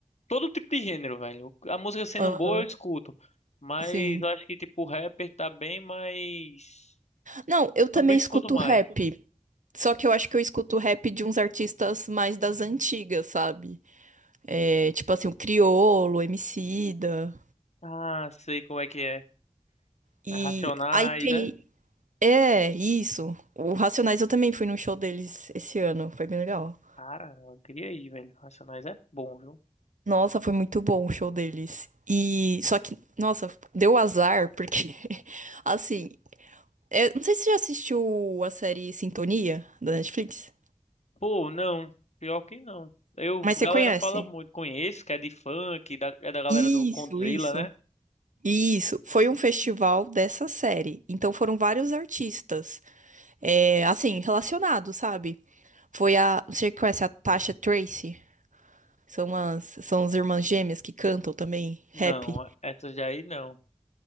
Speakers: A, on the left; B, on the right.
A: todo tipo de gênero, velho. A música sendo
B: Aham.
A: boa, eu escuto. Mas
B: Sim.
A: eu acho que tipo rapper tá bem mas
B: Não, eu também
A: eu bem
B: escuto
A: escuto mais.
B: rap. Só que eu acho que eu escuto rap de uns artistas mais das antigas, sabe? É, tipo assim, o Criolo, Emicida.
A: Ah, sei como é que é.
B: E
A: É Racionais,
B: aí tem.
A: é?
B: É, isso. O Racionais eu também fui num show deles esse ano. Foi bem legal.
A: Cara, eu queria ir, velho. Racionais é bom, viu?
B: Nossa, foi muito bom o show deles. E só que, nossa, deu azar, porque, <laughs> assim, é, não sei se você já assistiu a série Sintonia da Netflix,
A: Pô, não. Pior que não. Eu,
B: mas
A: a galera
B: você conhece.
A: fala muito, conheço, que é de funk, da, é da galera
B: Isso,
A: do Condzilla,
B: isso.
A: né?
B: E Isso, foi um festival dessa série. Então foram vários artistas, é, assim, relacionados, sabe? Foi a. Você conhece a Tasha Tracy? São as, são as irmãs gêmeas que cantam também
A: Não,
B: rap.
A: essas daí não.